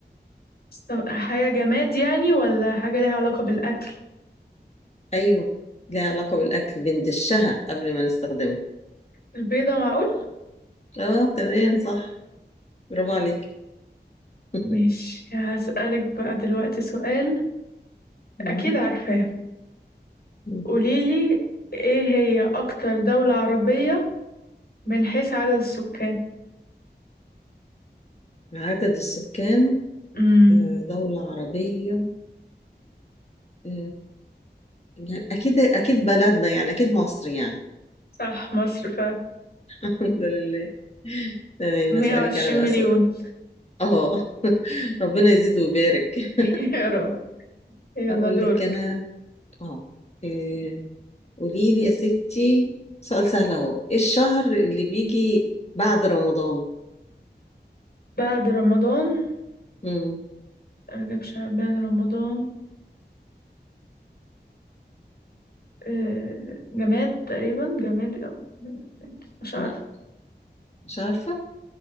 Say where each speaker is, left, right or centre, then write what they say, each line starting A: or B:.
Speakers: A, on the left; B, on the left.
A: است- حاجة جماد يعني ولا حاجة ليها علاقة بالأكل
B: ايوه ليها علاقة بالاكل بندشها قبل ما نستخدمها
A: البيضة معقول
B: اه تمام صح برافو عليك <laughs>
A: ماشي هسألك بقى دلوقتي سؤال
B: مم.
A: أكيد عارفاه
B: مم.
A: قوليلي ايه هي اكتر دولة عربية من حيث عدد السكان
B: عدد السكان
A: امم
B: آه، دولة عربية آه، يعني أكيد أكيد بلدنا يعني أكيد مصر يعني
A: صح مصر فعلا
B: <laughs> الحمد لله تمام
A: 120
B: أسألك أنا بقى
A: مليون
B: سؤال أه <laughs> ربنا يزيد ويبارك <laughs>
A: <laughs> يا رب يلا
B: هقول
A: دورك
B: لك أنا أه إيه، قولي لي يا ستي سؤال سهل أهو إيه الشهر اللي بيجي بعد رمضان؟
A: بعد رمضان
B: مم.
A: رجب شعبان رمضان آه، جماد تقريبا جماد او جماد تاني. مش عارفة
B: لا مش عارفة